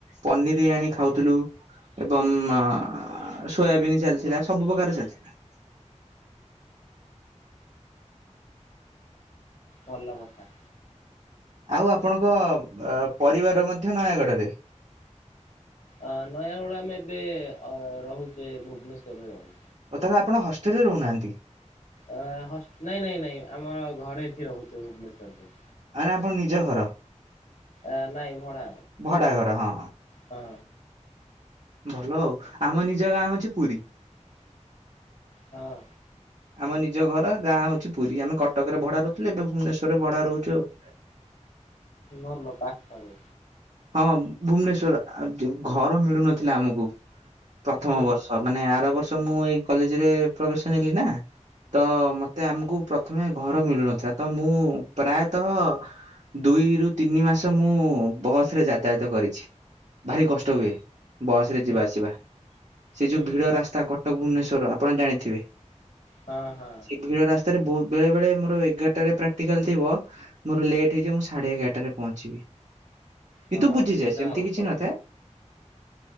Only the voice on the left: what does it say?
ଭଲ କଥା।
ଅ ନୟାଗଡ ଆମେ ଏବେ ଅ ରହୁଚେ ଭୁବନେଶ୍ୱରରେ ରହୁ
ଅ ହସ୍ ନାଇଁ ନାଇଁ ନାଇଁ ଆମର ଘରେ ଏଠି ରହୁଚୁ ଭୁବନେଶ୍ବରରେ।
ଆ ନାଇଁ ଭଡ଼ା
ହଁ।
ହଁ।
ଭଲ ପାଖରେ।
ହୁଁ
ହୁଁ
ହୁଁ
ହଁ ହଁ
ହଁ
ଅସୁବିଧା
ହଉଥବ